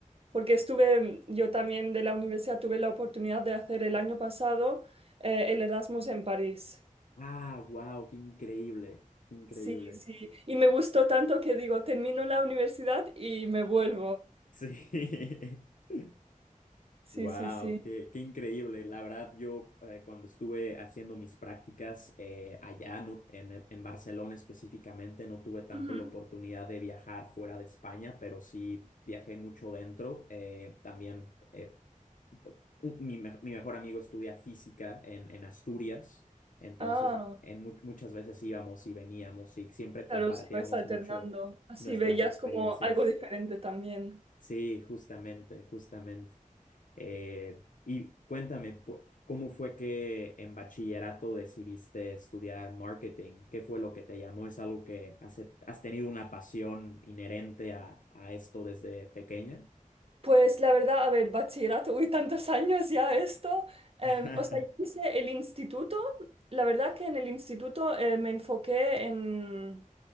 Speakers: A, on the right; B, on the left.
A: porque estuve, yo también de la universidad tuve la oportunidad de hacer el año pasado eh, el Erasmus en París.
B: Ah, wow, qué increíble, qué increíble.
A: Sí, sí. Y me gustó tanto que digo, termino la universidad y me vuelvo.
B: Sí. <laughs>
A: Sí,
B: Wow,
A: sí, sí.
B: qué, qué increíble. La verdad, yo eh, cuando estuve haciendo mis prácticas eh, allá no- en, en Barcelona específicamente, no tuve tanto
A: Ujú.
B: la oportunidad de viajar fuera de España, pero sí viajé mucho dentro. Eh, también eh, to- un- mi, me- mi mejor amigo estudia física en, en Asturias, entonces
A: Ah,
B: en mu- muchas veces íbamos y veníamos y siempre compartíamos
A: claro, sí, vais alternando.
B: mucho
A: Así
B: nuestras
A: veías
B: experiencias.
A: como algo diferente también.
B: Sí, justamente, justamente. Eh, y cuéntame, pu- ¿cómo fue que en bachillerato decidiste estudiar marketing? ¿Qué fue lo que te llamó? ¿Es algo que has, has tenido una pasión inherente a, a esto desde pequeña?
A: Pues la verdad, a ver, bachillerato, uy, tantos años ya esto. Em,
B: <laughs>
A: o sea, yo hice el instituto, la verdad que en el instituto eh, me enfoqué en,